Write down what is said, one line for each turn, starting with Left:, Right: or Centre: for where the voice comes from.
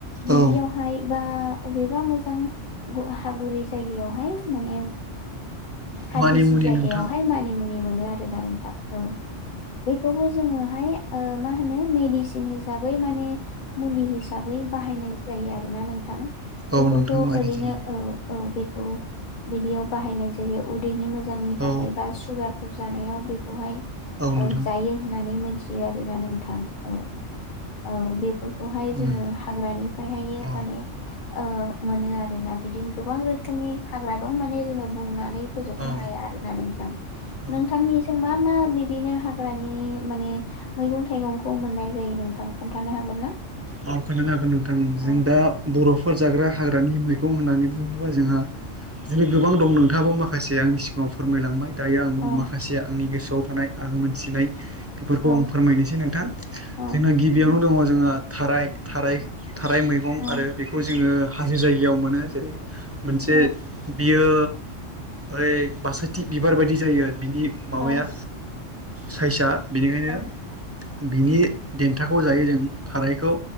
Left: बिदियावहाय
Right: औ
Left: बा अबेबा मोजां हागुरै जायगायावहाय माने हागिसि
Right: मानिमुनि
Left: जायगायावहाय
Right: नोंथां
Left: मानि मुनि मोनो आरोना नों थां औ बेखौबो जोङोहाय ओ मा होनो मेडिसिन हिसाबै माने मुलि हिसाबै बाहायनाय जायो आरो ना नोंथां।
Right: औ
Left: बेखौथ'
Right: नोंथां बायनाय
Left: ओरैनो
Right: जायो
Left: औ औ बेखौ बिनियाव बाहायनाय जायो। उदैनि मोजांनि
Right: औ
Left: थाखाय बा सुगारफोर जानायाव बेखौहाय
Right: औ नोंथां
Left: जायो होन नानै मोनथियो आरोना नोंथां। औ। औ बेफोरखौहाय
Right: उम
Left: जोङो हाग्रानिफ्रायहाय
Right: औ
Left: माने ओ मोनो आरो ना। दा बिदिनो गोबां रोखोमनि हाग्रा दं माने जोङो बुंनानै फोजोबनो
Right: औ
Left: होया आरो ना नोंथां
Right: औ
Left: नोंथांनि मा मा बिदिनो हाग्रानि माने मैगं थाइगंखौ मोननाय जायो नोंथां खोन्थानो हागोन ना?
Right: आ खोन्थानो हागोन नोंथां
Left: औ
Right: जों दा बर'फोर जाग्रा हाग्रानि मै गं होननानै बुङोबा जोंहा बिदिनो गोबां दं नोंथाङाबो माखासे आंनि सिगाङाव फोरमायलांबाय दायो आं
Left: औ
Right: माखासे आंनि गोसोआव थानाय आं मोनथिनाय बेफोरखौ
Left: औ
Right: आं फोरमायनोसै नोंथां
Left: औ
Right: जोंना गिबियावनो दङ जोंहा थाराय थाराय थाराय मैगं
Left: औ
Right: आरो बेखौ जोङो हाजो जायगायाव मोनो जेरै मोनसे
Left: औ
Right: बियो ओइ बासथि बिबार बायदि जायो। बिनि माबाया
Left: औ
Right: साइजआ बेनिखायनो
Left: औ
Right: बिनि देन्थाखौ जायो जों थारैखौ
Left: औ